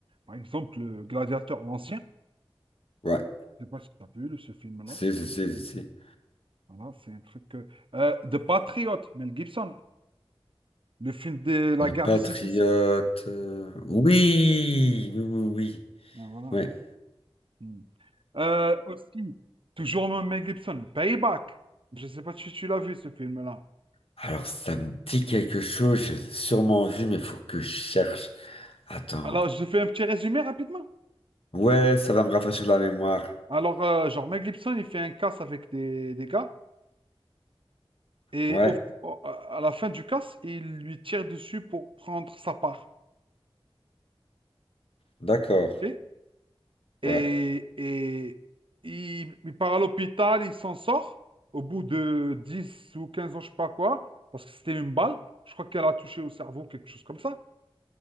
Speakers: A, on the right; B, on the left.
A: Par exemple, le Gladiateur l'ancien
B: Ouais.
A: Je sais pas si tu as vu le- ce film-là.
B: Si, si, si, si, si.
A: Voilà, c'est un truc euh, euh, de Patriote, Mel Gibson. Le film de la
B: Le
A: guerre
B: Patriote.
A: des 6
B: euh, Oui, oui, oui,
A: Voilà.
B: oui. Ouais.
A: Hmm. Euh, aussi, toujours Mel Gibson, Payback. Je ne sais pas si tu l'as vu ce film-là.
B: Alors, ça me dit quelque chose, j'ai sûrement vu, mais faut que je cherche. Attends.
A: Alors, je fais un petit résumé rapidement.
B: Ouais, ça va me rafraîchir la mémoire.
A: Alors, euh, genre, Mel Gibson, il fait un casse avec des, des gars et
B: Ouais,
A: au- au- à la fin du casse, il lui tire dessus pour prendre sa part.
B: d'accord.
A: ok Et,
B: Ouais,
A: et il, il part à l'hôpital, il s'en sort au bout de 10 ou 15 ans, je sais pas quoi, parce que c'était une balle. Je crois qu'elle a touché au cerveau, quelque chose comme ça.